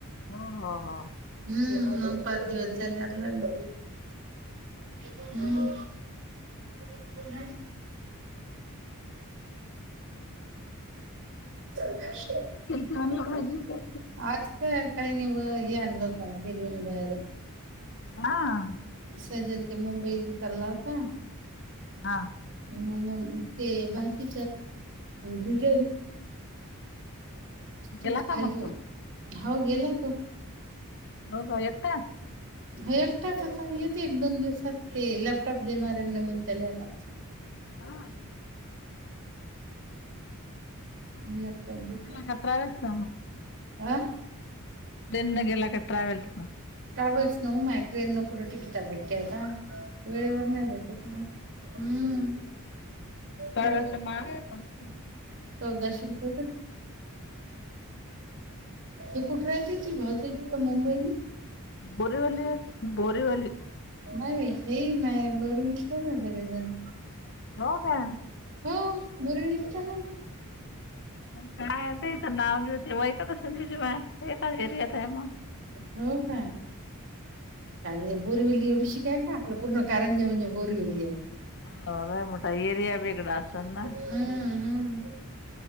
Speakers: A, on the left (about 55°); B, on the right (about 55°).
A: ह ह हो
B: हम्म नऊ पाच दिवस झाल्या लाग हम्म अून भाष
A: ान हजी का
B: आ काय नव ये अनलोत बिर्याणी बार
A: हा
B: सजल ते मुंबईला चालला होता
A: हा
B: मग ते भाजी बिघ
A: गेला
B: तेच
A: का
B: खाली
A: मग तो
B: हो गेला तो
A: हो हो येता
B: हे एकटाच आता येथील एक दोन दिवसात ते लॅपटॉप देणार आहे नवीन तले आता
A: हा...
B: लॅपटॉप दे
A: का ट्रॅव्हल्स
B: हा...
A: ट्रेन न गेला का ट्रॅव्हल्स न
B: ट्रॅव्हल्सन माय ट्रेन न कुठे तिकिट भेटते आता वेळेवर नाही भेटत मग हम्म...
A: चालायचं
B: ट्रॅव्हल्स
A: मागं आहे आपण पण..
B: चौदाशे रुपये पण हे कुठल येतेती भावताय तिथ मुंबईले
A: बोरीवलीत बोरीवली
B: नाही हे माय बरू विचत ना सगळेजण
A: हो का...
B: हो बोरीवलीत आहे
A: मग काय तेच नाव नावभुयु ठेवायचं कशान दिवशी मग एकच एरियात आहे मग
B: हो का काय बोरीवली एवढी शिकाय का आपलं पूर्ण कारजावणी म्हणजे होरीवली आहे
A: हाय मोठा एरिया बेगड असेल ना
B: हम्मम हम्म